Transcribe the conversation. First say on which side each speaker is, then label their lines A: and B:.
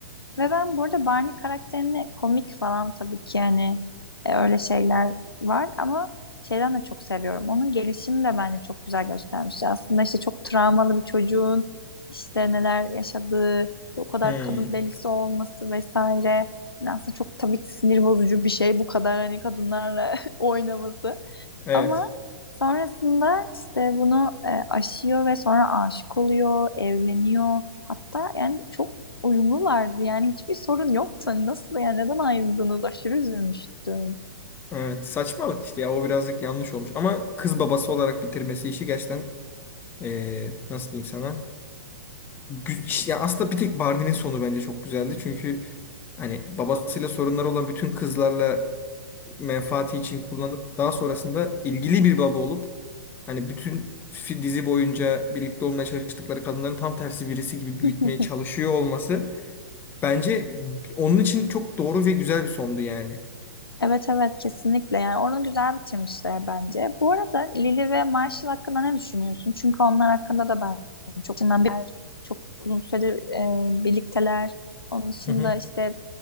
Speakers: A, on the left; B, on the left.
A: Ve ben burada Barney karakterini komik falan tabii ki yani e, öyle şeyler var ama şeyden de çok seviyorum. Onun gelişimi de bence çok güzel göstermiş. Aslında işte çok travmalı bir çocuğun işte neler yaşadığı, işte o kadar
B: Hmm,
A: kadın delisi olması vesaire. Yani Aslında çok tabii ki sinir bozucu bir şey bu kadar hani kadınlarla <laughs> oynaması.
B: evet.
A: Ama sonrasında işte bunu e, aşıyor ve sonra aşık oluyor, evleniyor. Hatta yani çok uyumlulardı. Yani hiçbir sorun yoktu. Hani Nasıl yani neden ayrıldınız? Aşırı üzülmüştüm.
B: Evet. Saçmalık işte ya. O birazcık yanlış olmuş. Ama kız babası olarak bitirmesi işi gerçekten eee, nasıl diyeyim sana? Gü- iş- Ya aslında bir tek Barney'nin sonu bence çok güzeldi. Çünkü hani babasıyla sorunları olan bütün kızlarla menfaati için kullanıp daha sonrasında ilgili bir baba olup hani bütün fi- dizi boyunca birlikte olmaya çalıştıkları kadınların tam tersi birisi gibi büyütmeye
A: <laughs>
B: çalışıyor olması bence onun için çok doğru ve güzel bir sondu yani.
A: Evet evet kesinlikle yani onu güzel bitirmişler bence. Bu arada Lily ve Marshall hakkında ne düşünüyorsun? Çünkü onlar hakkında da ben çok çok uzun süredir e, birlikteler. Onun dışında
B: Hı hı,
A: işte